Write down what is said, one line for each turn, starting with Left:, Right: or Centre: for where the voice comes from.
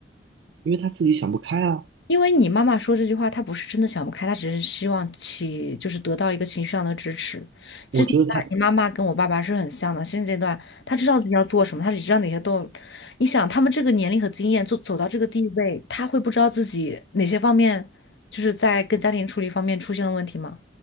Right: 因为她自己想不开啊。
Left: 因为你妈妈说这句话，她不是真的想不开，她只是希望起，就是得到一个情绪上的支持。其实你爸、
Right: 我觉得她，
Left: 你妈妈跟我爸爸是很像的，现阶段她知道自己要做什么，她只知道哪些都。你想，他们这个年龄和经验，走走到这个地位，他会不知道自己哪些方面，就是在跟家庭处理方面出现了问题吗？